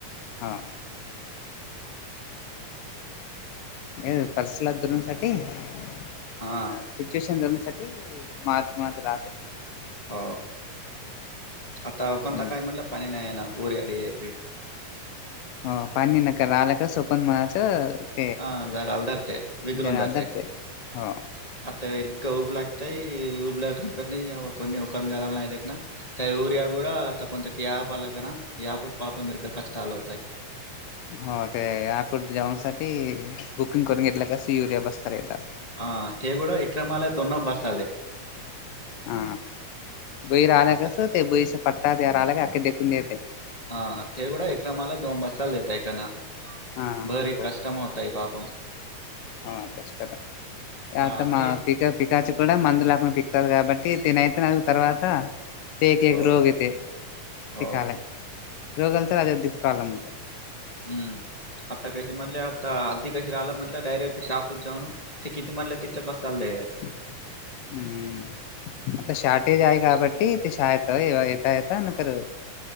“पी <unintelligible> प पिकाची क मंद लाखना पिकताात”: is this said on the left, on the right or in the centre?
Left